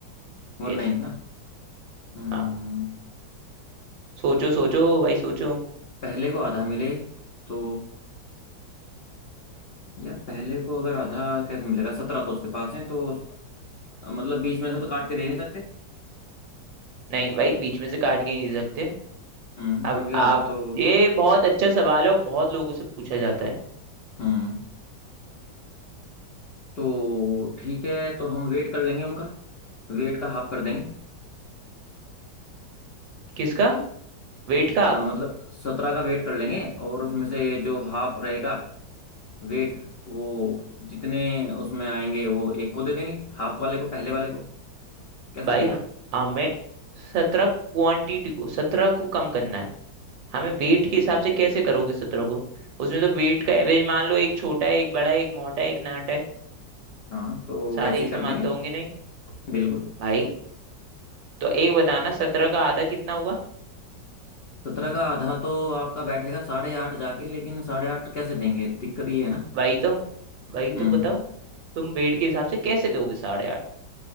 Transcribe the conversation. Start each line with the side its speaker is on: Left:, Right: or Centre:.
Left: वन
Right: Yes
Left: नाइन्थ ना हम्म
Right: हाँ सोचो सोचो भाई सोचो
Left: पहले को आधा मिले तो यार पहले को अगर आधा कैसे मिलेगा सत्रह तो उसके पास है तो उस- मतलब बीच में से तो काट के दे नहीं सकते
Right: नहीं भाई बीच में से काट के नहीं दे सकते
Left: हम्म
Right: अब
Left: क्योंकि आधा
Right: आप
Left: तो
Right: ये बहुत अच्छा सवाल है और बहुत लोगों से पूछा जाता है
Left: हम्म तो ठीक है तो हम वेट कर लेंगे उनका वेट का हाफ कर देंगे
Right: किसका वेट का
Left: अ,
Right: हाफ
Left: मतलब सत्रह का वेट कर लेंगे और उसमें से जो हाफ रहेगा वेट वो जितने उसमें आएंगे वो एक को दे देंगे हाफ वाले को पहले वाले को कैसा
Right: भाई
Left: रहेगा
Right: हमें सत्रह क्वांटिटी को सत्रह को कम करना है हमें वेट के हिसाब से कैसे करोगे सत्रह को उसमें तो वेट का एवरेज मान लो एक छोटा है एक बड़ा है एक मोटा है एक नाटा है
Left: हाँ तो
Right: सारे
Left: वैसे
Right: एक
Left: ही
Right: समान
Left: कर देंगे
Right: तो होंगे नहीं
Left: बिल्कुल
Right: भाई तो एक बताना सत्रह का आधा कितना हुआ
Left: सत्रह का आधा तो आपका बैठेगा साढ़े आठ जाके लेकिन साढ़े आठ कैसे देंगे दिक्कत ये है ना
Right: वही तो वही तो
Left: हम्म
Right: बताओ तुम वेट के हिसाब से कैसे दोगे साढ़े आठ